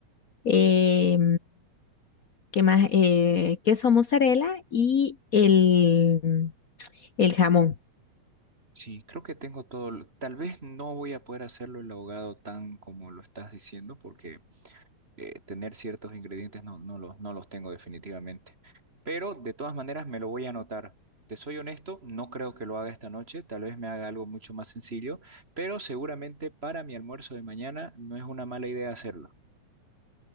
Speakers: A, on the left (about 85°); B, on the right (about 20°).
A: Eh, ¿qué más? Eh, queso mozzarella y el, el jamón.
B: Sí, creo que tengo todo. lo- Tal vez no voy a poder hacerlo el ahogado tan como lo estás diciendo, porque eh, tener ciertos ingredientes no, no los, no los tengo definitivamente. Pero de todas maneras me lo voy a anotar. Te soy honesto, no creo que lo haga esta noche. Tal vez me haga algo mucho más sencillo, pero seguramente para mi almuerzo de mañana no es una mala idea hacerlo.